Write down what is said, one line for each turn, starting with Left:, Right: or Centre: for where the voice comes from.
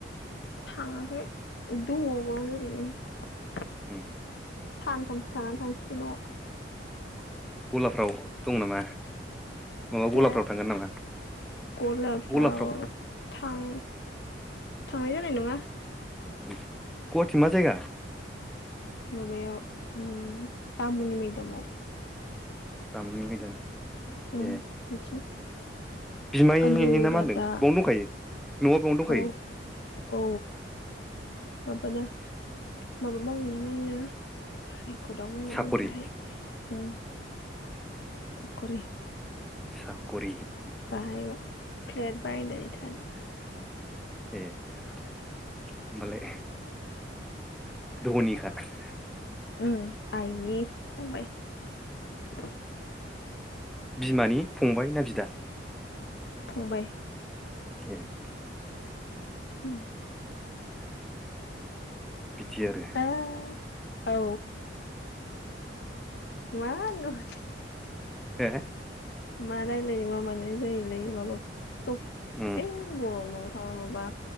Left: थाङाखै दङ' बावनो ओरैनो।
Centre: उम।
Left: सानथामसो थानानै थांसिसै न'।
Centre: गलाफ्राव दं नामा? माबा
Left: हो?
Centre: गलाफ्राव थांगोन नामा
Left: गलाफोराव था
Centre: गलाफ्राव
Left: थां थांनाय जानाय नङा ।
Centre: <inaudible> जायगा
Left: माबायाव उम बामुनि मैदामाव ।
Centre: बामुनि मैदाम
Left: उम
Centre: ए
Left: बिथिं
Centre: बिमायनि
Left: आलु
Centre: ना मा
Left: रादा
Centre: होनदों बेयावनो दंखायो न'आ बेयावनो दंखायो?
Left: औ औ माबाना माबा मावो मा होनो गाहाय खदावबो मोनो
Centre: साखरि
Left: बाहाय उम । साखरि ।
Centre: साखरि ।
Left: बाहायमोन फ्लेट बायनानै थानाया
Centre: ए । ओमबालाय धनिखा ।
Left: उम आइनि फंबाय ।
Centre: बिमानि फंबाय ना बिदा?
Left: फंबाय ।
Centre: ए ।
Left: उम ।
Centre: <inaudible> बिदि आरो
Left: आ
Centre: ।
Left: औ मा <inaudible>
Centre: हो?
Left: मा रायलायनो मा मानो जायोलै माबा <unintelligible>
Centre: उम
Left: ताउनावबा